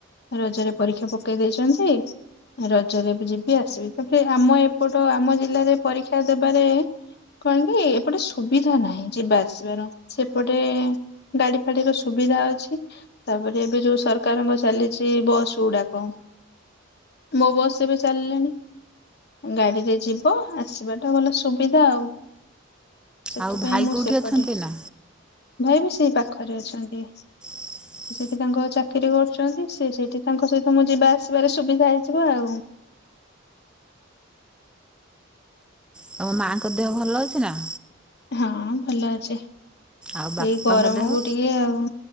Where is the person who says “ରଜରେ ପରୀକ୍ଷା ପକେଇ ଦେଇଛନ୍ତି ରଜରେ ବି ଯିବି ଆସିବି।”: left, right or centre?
Left